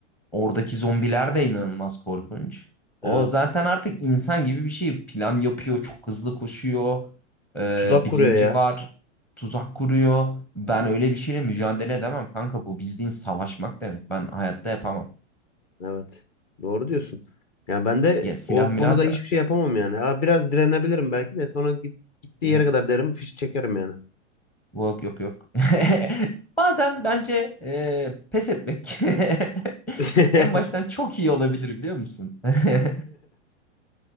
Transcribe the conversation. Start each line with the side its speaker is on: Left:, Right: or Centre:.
Centre: Oradaki zombiler de inanılmaz korkunç.
Left: Evet.
Centre: O zaten artık insan gibi bir şey. Plan yapıyor, çok hızlı koşuyor, e,
Left: Tuzak
Centre: bilinci
Left: kuruyor ya.
Centre: var, tuzak kuruyor. Ben öyle bir şeyle mücadele edemem kanka. Bu bildiğin savaşmak demek. Ben hayatta yapamam.
Left: Evet. Doğru diyorsun. Yani ben de
Centre: Ya silah
Left: o
Centre: milah
Left: konuda hiçbir
Centre: da.
Left: şey yapamam yani. Ha, biraz direnebilirim belki de sonra git, gittiği
Centre: Hı.
Left: yere kadar derim fişi çekerim yani.
Centre: Yok yok yok. <laughs> Bazen bence e, pes etmek <laughs>
Left: <laughs>
Centre: en baştan çok iyi olabilir biliyor musun? <laughs>